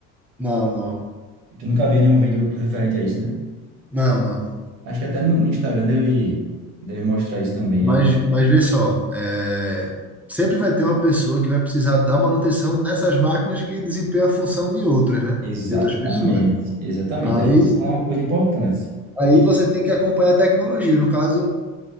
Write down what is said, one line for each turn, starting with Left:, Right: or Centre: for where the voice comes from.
Centre: Não, não.
Right: Tu nunca viu nenhum vídeo referente a isso, né?
Centre: Não, não.
Right: Acho que até no, no Instagram deve, deve mostrar isso também
Centre: Mas,
Right: em algum.
Centre: mas vê só, é, sempre vai ter uma pessoa que vai precisar da manutenção dessas máquinas que desempenham a função de outras, né?
Right: Exatamente,
Centre: De outras pessoas.
Right: exatamente.
Centre: Aí
Right: Aí você falou uma coisa importante. Porque,
Centre: Aí você tem que acompanhar a tecnologia. No caso,